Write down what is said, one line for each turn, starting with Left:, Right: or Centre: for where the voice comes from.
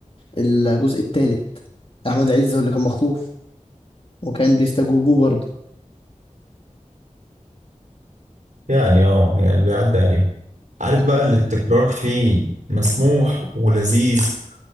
Left: الجزء التالت احمد عز هو اللي كان مخطوف وكان بيستجوبوه برضه
Right: يعني اه يعني بيعدي عليهم عارف
Left: مم.
Right: بقى اللي التكرار فيه مسموح ولذيذ